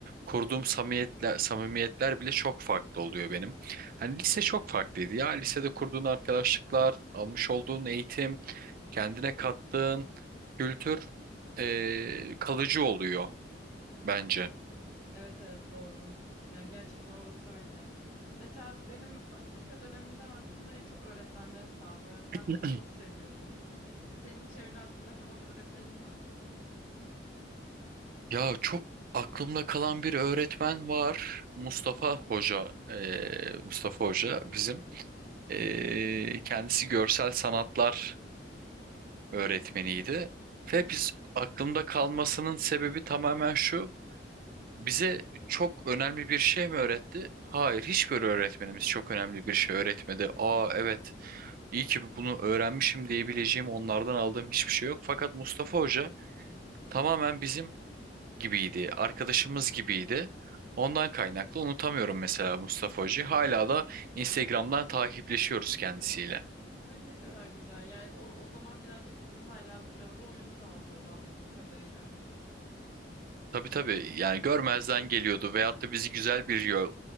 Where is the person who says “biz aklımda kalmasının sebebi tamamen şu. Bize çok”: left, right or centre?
Right